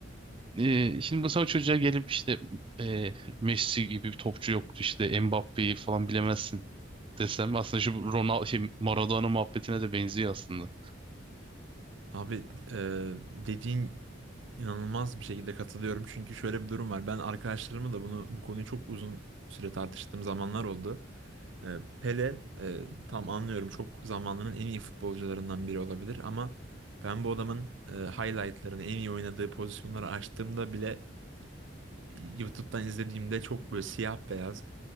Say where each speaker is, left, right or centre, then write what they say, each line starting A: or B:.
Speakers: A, on the right (about 25°); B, on the right (about 75°).
A: Ee, şimdi mesela o çocuğa gelip işte e, Messi gibi bir topçu yoktu işte Mbappe'yi falan bilemezsin desem aslında şu Ronaldo şey Maradona muhabbetine de benziyor aslında.
B: Abi e, dediğin inanılmaz bir şekilde katılıyorum. Çünkü şöyle bir durum var. Ben arkadaşlarımla da bunu bu konuyu çok uzun süre tartıştığım zamanlar oldu. E, Pele e, tam anlıyorum çok zamanının en iyi futbolcularından biri olabilir ama ben bu adamın e, highlightlarını en iyi oynadığı pozisyonları açtığımda bile YouTube'dan izlediğimde çok böyle siyah beyaz